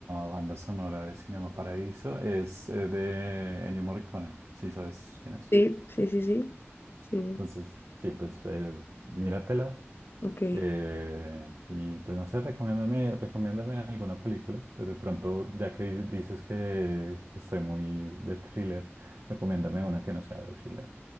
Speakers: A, on the right; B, on the left.
A: banda sonora de Cinema Paradiso, es eh, de Ennio Morricone, Sí, sabes quién es.
B: Sí, sí, sí, sí. Sí,
A: Entonces, sí, pues eh, míratela
B: ok.
A: eh, y pues no sé, recomiéndame, recomiéndame alguna película. De de pronto, ya que di- dices que, que estoy muy de thriller, recomiéndame una que no sea de thriller